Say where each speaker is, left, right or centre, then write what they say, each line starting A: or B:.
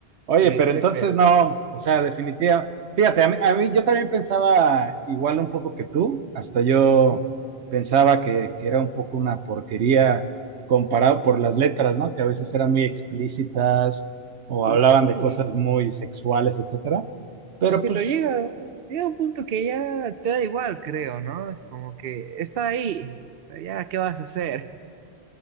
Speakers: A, on the right (about 85°); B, on the right (about 60°).
A: Oye,
B: ¿Viste?
A: pero entonces
B: Pero...
A: no, o sea, definitiva. Fíjate, a mí, a mí- yo también pensaba igual un poco que tú, hasta yo
B: ujú.
A: pensaba que, que era un poco una porquería comparado por las letras, ¿no? Que a veces eran muy explícitas o
B: Y
A: hablaban
B: sí.
A: de cosas muy sexuales, etcétera. Pero
B: Pues Sí,
A: pues,
B: pero llega, llega un punto que ya te da igual, creo, ¿no? Es como que está ahí, pero ya, ¿qué vas a hacer?